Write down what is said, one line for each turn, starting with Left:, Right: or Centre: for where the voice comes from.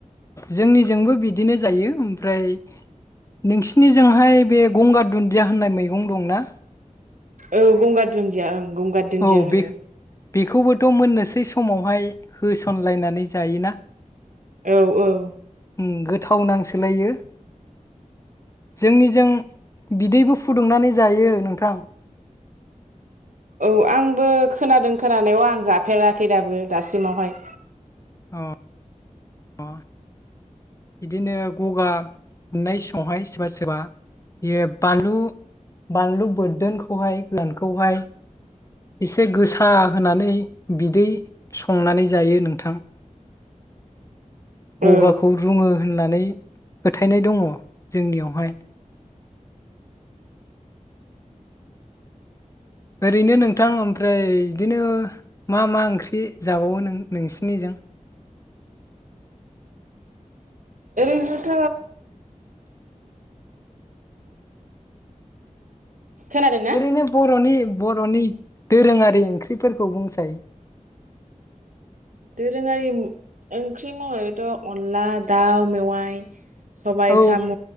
Left: जोंनिजोंबो बिदिनो जायो ओमफ्राय नोंसिनिजोंहाय बे गंगार दुन्दिया होननाय मैगं दंना?
Right: औ गंगार दुन्दिया ओं गंगार दुन्दिया
Left: औ
Right: होनो
Left: बे बेखौबोथ' मोननोसै समावहाय होसनलायनानै जायोना?
Right: औ औ
Left: ओं गोथाव नांसोलायो जोंनिजों बिदैबो फुदुंनानै जायो नोंथां।
Right: औ आंबो खोनादों खोनानायाव आं जाफेराखै दाबो दासिमावहाय।
Left: अ अ बिदिनो गगा मोननाय समावहाय सोरबा सोरबा बे बानलु-बानलु बोरदोनखौहाय गोनानखौहाय एसे गोसा होनानै बिदै संनानै जायो नोंथां।
Right: औ
Left: गगाखौ रुङो होननानै फोथायनाय दङ जोंनियावहाय ओरैनो नोंथां ओमफ्राय बिदिनो मा मा ओंख्रि जाबावो नों नोंसिनिजों
Right: बेनोथ' खोनादों ना
Left: एरैनो बर'नि बर'नि दोरोङारि ओंख्रिफोरखौ बुंसाय
Right: दोरोङारि ओंख्रि मावनायथ' अनला दाउ मेवाइ सबाय
Left: औ
Right: साम'